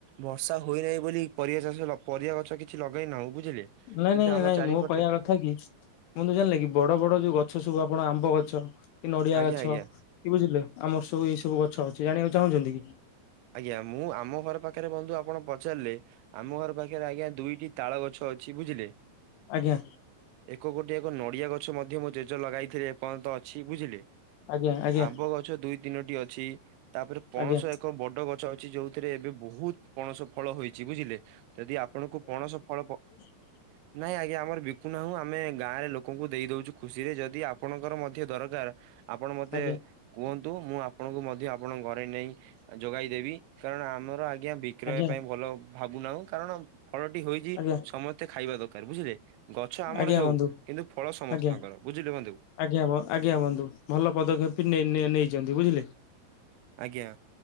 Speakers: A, on the right; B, on the left.
A: ବର୍ଷା ହୁଏ ନାହିଁ ବୋଲି ପରିବା ଚାଷ ପରିବା ଗଛ କିଛି ଲଗେଇନାହୁ ବୁଝିଲେ।
B: ନାଇଁ
A: କିନ୍ତୁ
B: ନାଇଁ
A: ଆମ
B: ନାଇଁ
A: ଚାରିପଟେ
B: ମୋ କହିବା କ ଥା କିି ବନ୍ଧୁ ଜାଣିଲେ କି ବଡ ବଡ ଯୋଉ ଗଛ ସବୁ ଆପଣ ଆମ୍ବ ଗଛ କି ନଡିଆ
A: ଆଜ୍ଞା
B: ଗଛ
A: ଆଜ୍ଞା
B: କି ବୁଝିଲେ ଆମର ସବୁ ଏଇ ସବୁ ଗଛ ଅଛି ଜାଣିବାକୁ ଚାହୁଁଛନ୍ତି କି?
A: ଆଜ୍ଞା ମୁଁ ଆମ ଘର ପାଖରେ ବନ୍ଧୁ ଆପଣ ପଚାରିଲେ ଆମ ଘର ପାଖରେ ଆଜ୍ଞା ଦୁଇଟି ତାଳ ଗଛ ଅଛି ବୁଝିଲେ।
B: ଆଜ୍ଞା
A: ଏକ ଗୋଟିଏ ଏକ ନଡିଆ ଗଛ ମଧ୍ୟ ମୁଁ ଜେଜ ଲଗାଇଥିଲି ଏପର୍ଯ୍ୟନ୍ତ ଅଛି ବୁଝିଲେ।
B: ଆଜ୍ଞା ଆଜ୍ଞା
A: ଆମ୍ବ ଗଛ ଦୁଇ ତିନୋଟି ଅଛି ତାପରେ ପଣସ
B: ଆଜ୍ଞା
A: ଏକ ଏକ ବଡ ଗଛ ଅଛି ଯୋଉଥିରେ ଏବେ ବହୁତ ପଣସ ଫଳ ହୋଇଛି ବୁଝିଲେ ଯଦି ଆପଣଙ୍କୁ ପଣସ ଫଳ ପ
B: ହ <inaudible>
A: ନାଇଁ ଆଜ୍ଞା ଆମର ବିକୁ ନାହୁଁ ଆମେ ଗାଁ ରେ ଲୋକଙ୍କୁ ଦେଇ ଦଉଛୁ ଖୁସି ରେ ଯଦି ଆପଣଙ୍କର ମଧ୍ୟ ଦରକାର ଆପଣ ମତେ
B: ଆଜ୍ଞା
A: କୁହନ୍ତୁ ମୁଁ ଆପଣଙ୍କୁ ମଧ୍ୟ ଆପଣଙ୍କ ଘରେ ନେଇ ଯୋଗାଇଦେବି କାରଣ ଆମର ଆଜ୍ଞା ବିକ୍ରୟ
B: ଆଜ୍ଞା।
A: ପାଇଁ ଭଲ ଭାବୁନାହୁଁ କାରଣ ଫଳଟି ହୋଇଚି
B: ଆଜ୍ଞା
A: ସମସ୍ତେ ଖାଇବା ଦରକାର ବୁଝିଲେ ଗଛ ଆମର
B: ଆଜ୍ଞା
A: ହେଉ
B: ବନ୍ଧୁ
A: କିନ୍ତୁ ଫଳ ସମସ୍ତଙ୍କର।
B: ଆଜ୍ଞା।
A: ବୁଝିଲୁ ବନ୍ଧୁ?
B: ଆଜ୍ଞା ହ ଆଜ୍ଞା ବନ୍ଧୁ ଭଲ ପଦକ୍ଷେପ ନେଇ ନେଇଛନ୍ତି ବୁଝିଲେ।
A: ଆଜ୍ଞା।